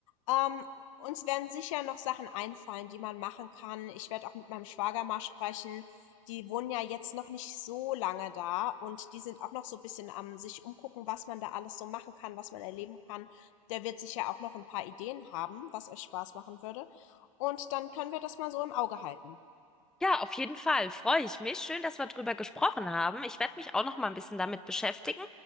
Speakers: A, on the left; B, in the centre.
A: Ähm, uns werden sicher noch Sachen einfallen, die man machen kann. Ich werde auch mit meinem Schwager mal sprechen. Die wohnen ja jetzt noch nicht so lange da und die sind auch noch so ein bisschen am sich umgucken, was man da alles so machen kann, was man erleben kann. Der wird sicher auch noch ein paar Ideen haben, was euch Spaß machen würde. Und dann können wir das mal so im Auge halten.
B: Ja, auf jeden Fall. Freue ich mich. Schön, dass wir drüber gesprochen haben. Ich werde mich auch noch mal ein bisschen damit beschäftigen